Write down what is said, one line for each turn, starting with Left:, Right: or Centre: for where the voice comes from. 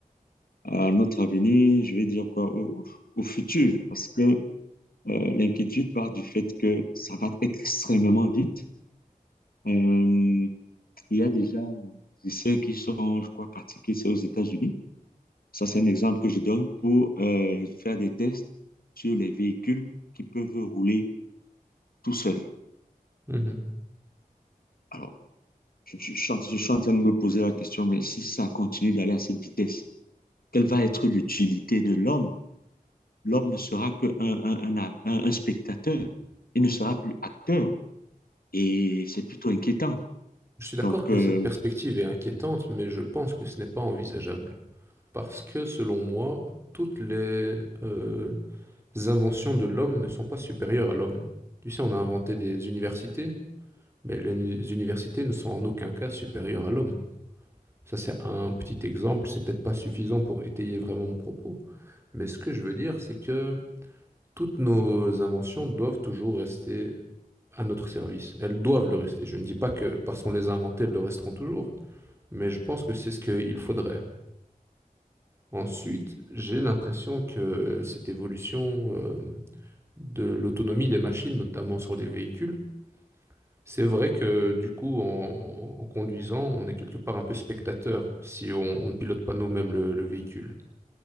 Left: à notre avenir, je vais dire quoi, au, au futur, parce que euh, l'inquiétude part du fait que ça va extrêmement vite. Euh, Il y a déjà des essais qui sont, je crois, pratiqués, c'est aux États-Unis. Ça, c'est un exemple que je donne pour euh, faire des tests sur les véhicules qui peuvent rouler tout seuls.
Right: Mhm.
Left: Alors, je, je, je, suis en train de me poser la question, mais si ça continue d'aller à cette vitesse, quelle va être l'utilité de l'homme L'homme ne sera qu'un un, un, un, un spectateur, il ne sera plus acteur, et c'est plutôt inquiétant.
Right: Je suis d'accord
Left: Donc,
Right: que
Left: euh,
Right: cette perspective est inquiétante, mais je pense que ce n'est pas envisageable. Parce que, selon moi, toutes les euh, inventions de l'homme ne sont pas supérieures à l'homme. Tu sais, on a inventé des universités, mais les nu- universités ne sont en aucun cas supérieures à l'homme. Ça, c'est un petit exemple, c'est peut-être pas suffisant pour étayer vraiment mon propos, mais ce que je veux dire, c'est que toutes nos inventions doivent toujours rester à notre service. Elles doivent le rester. Je ne dis pas que parce qu'on les a inventées, elles le resteront toujours, mais je pense que c'est ce qu'il faudrait. Ensuite, j'ai l'impression que cette évolution euh, de l'autonomie des machines, notamment sur les véhicules, c'est vrai que du coup, en, en conduisant, on est quelque part un peu spectateur si on, on ne pilote pas nous-mêmes le le véhicule.